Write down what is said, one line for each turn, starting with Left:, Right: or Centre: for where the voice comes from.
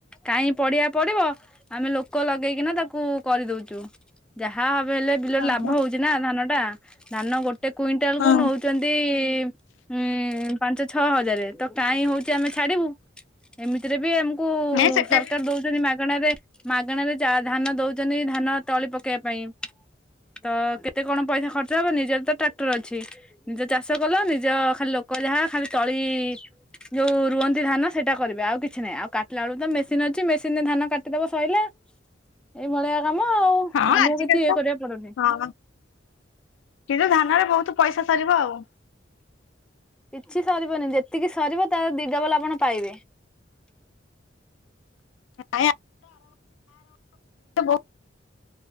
Centre: କାହିଁ ପଡିଆ ପଡିବ, ଆମେ ଲୋକ ଲଗେଇକିନା ତାକୁ କରିଦଉଚୁ। ଯାହା ହବେ ହେଲେ ବିଲରେ
Left: ଓହୋ
Centre: ଲାଭ ହଉଛି ନା, ଧାନଟା। ଧାନ ଗୋଟ ଗୋଟେ କୁଇଣ୍ଟାଲକୁ
Left: ହଁ
Centre: ନଉଚନ୍ତି, ଉମ୍ ପାଞ୍ଚ ଛଅ ହଜାରେ। ତ କାହିଁ ହଉଛି ଆମେ ଛାଡିବୁ, ଏମିତିରେ ବି ଆମକୁ
Left: ନାଇଁ ସେଟା
Centre: ସରକାର ଦଉଚନ୍ତି ମାଗ ମାଗଣରେ, ମାଗଣାରେ ଚା ଧାନ ଦଉଛନ୍ତି, ଧାନ ତଳି ପକେଇବା ପାଇଁ ତ କେତେ କଣ ପଇସା ଖର୍ଚ୍ଚ ହବନି, ନିଜର ତ ଟ୍ରାକ୍ଟର ଅଛି। ନିଜ ଚାଷ କଲ, ନିଜ ଖାଲି ଲୋକ ଯାହା ଖାଲି ତଳି ଯୋଉ ରୁଅଁନ୍ତି ଧାନ ସେଇଟା କରିବେ ଆଉ କିଛି ନାହିଁ ଆଉ କାଟିଲା ବେଳକୁ ତ ମେସିନ ଅଛି, ମେସିନରେ ଧାନ କାଟିଦବ ସଇଲା ଏଇଭଳିଆ କାମ ଆଉ।
Left: ହଁ,
Centre: ଆମକୁ
Left: ଆଜିକାଲି
Centre: କିଛି ଇଏ
Left: ତ
Centre: କରିବାକୁ ପଡୁନି।
Left: ହଁ ନିଜ ଧାନରେ ବହୁତ ପଇସା ସରିବ ଆଉ।
Centre: କିଛି ସରିବନି, ଯେତିକି ସରିବ ତାର ଦି ଡବଲ ଆପଣ ପାଇବେ।
Left: ଆଜ୍ଞା। ବହୁତ